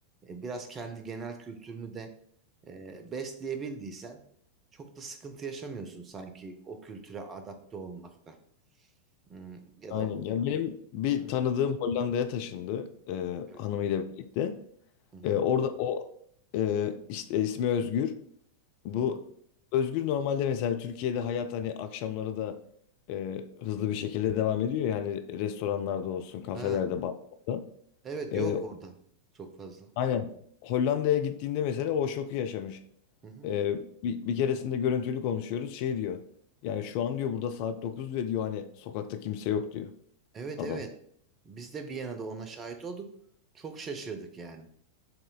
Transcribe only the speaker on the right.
e, biraz kendi genel kültürünü de e, besleyebildiysen çok da sıkıntı yaşamıyorsun sanki o kültüre adapte olmakta. Hmm, ya
da
Hı hı.
Evet.
Hı hı.
Hı hı.
Ha,
evet
yok orada çok fazla.
Hı hı.
Evet
evet. Biz de Viyana'da ona şahit olduk. Çok şaşırdık yani.